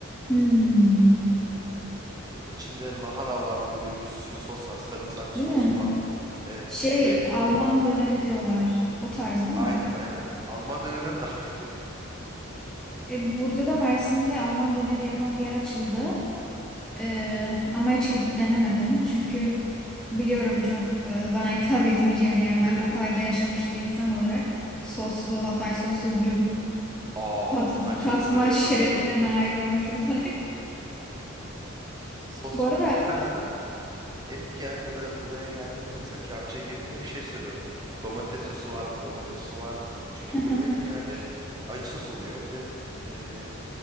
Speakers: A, in the centre; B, on the right (about 20°).
A: Hmm.
B: Böyle İçinde lahana var, böyle bir sürü sos var, sarımsak sos
A: Değil mi?
B: var. Evet
A: Şey,
B: ve
A: Alman döneri diyorlar. O tarz değil
B: aynen
A: mi?
B: aynen Alman dönerinden daha kötü.
A: E, burada da Mersin'de Alman döneri yapan bir yer açıldı. E, ama hiç gidip denemedim. Çünkü biliyorum çok e, bana hitap etmeyeceğini. Yani
B: <laughs>
A: ben Hatay'da yaşamış bir insan olarak soslu, Hatay soslu dürüm
B: Aa
A: tat,
B: Hatay soslu
A: tatma
B: evet
A: şerefine
B: çok güzel oluyor.
A: nail olmuş olarak.
B: Sos
A: <laughs> Bu arada
B: e, ben zaten hep gel buraya buraya geldiğimde mesela kebapçıya girdiğimde hep şey soruyorum. Domates sosu var mı? Domates sosu var mı? Çünkü
A: <laughs>
B: burada hep genelde acı sos oluyor. Bir de e,